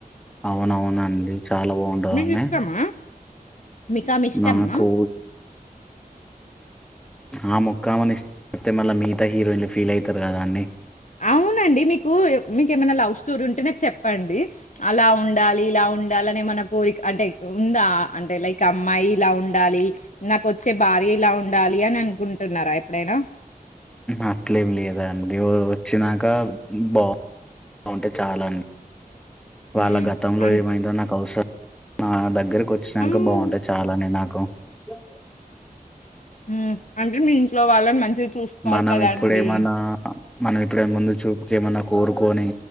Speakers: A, in the centre; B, on the left.
A: అవునవునండి చాలా బాగుంటద
B: మీకిష్టమా?
A: ఆమే
B: మీకామె ఇష్టమా?
A: నా కో ఆ మొక్కమని ఇసిపెడితే మల్ల మిగతా హీరోయిన్లు ఫీల్ అవుతారు కదండీ
B: అవునండి మీకు మీకేమైనా లవ్ స్టోరీ ఉంటే నాక్ చెప్పండి అలా ఉండాలి ఇలా ఉండాలనే ఏమన్నా కోరిక అంటే ఉందా అంటే లైక్ అమ్మాయి ఇలా ఉండాలి నాకు వచ్చే భార్య ఇలా ఉండాలి అని అనుకుంటున్నారా ఎప్పుడైనా
A: అట్లేమి లేదఅండి వచ్చినాక బాగు బాగుంటే చాలా అండి
B: హ్మ్.
A: వాళ్ళ గతంలో
B: అన్
A: ఏమైందో నాకు అవసరం నా దగ్గరకు వచ్చినాక
B: అమ్మో!
A: బాగుంటే చాలానే నాకు బా
B: మ్ అంటే మీ ఇంట్లో వాళ్ళని మంచిదగా చూసుకోవాలి
A: మనం
B: కదండి
A: ఇప్పుడేమన్నా మనం ఇప్పుడె ముందు చూపుకి ఏమన్నా కోరుకొని